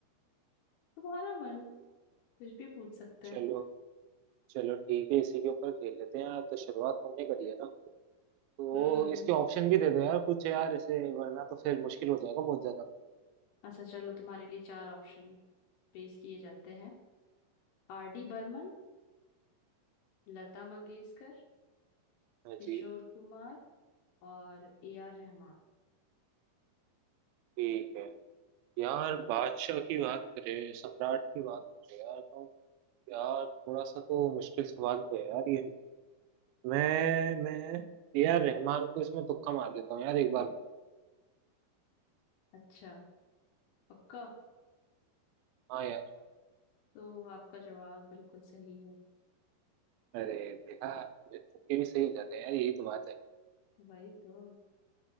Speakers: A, on the left; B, on the right.
A: तुम्हारा मन कुछ भी पूछ सकते
B: चलो
A: हैं
B: चलो ठीक है इसी के ऊपर खेल लेते हैं यार तो शुरुआत तुमने करी है ना तो
A: हम्म
B: इसके ऑप्शन भी दे दो यार कुछ यार ऐसे वरना तो फिर मुश्किल हो जाएगा बहुत ज्यादा
A: अच्छा चलो तुम्हारे लिए चार ऑप्शन पेश किए जाते हैं आर डी बर्मन लता मंगेशकर
B: हाँ
A: किशोर
B: जी
A: कुमार और ए आर रहमान
B: ठीक है यार बादशाह की बात करें सम्राट की बात करें यार तो यार थोड़ा सा तो मुश्किल सवाल तो है यार ये मैं मैं ए आर रहमान को इसमें तुक्का मार लेता हूँ यार एक बार
A: अच्छा पक्का
B: हाँ यार
A: तो आपका जवाब बिल्कुल सही है
B: अरे देखा ये तुक्के भी सही हो जाते हैं यार यही तो बात है
A: वही तो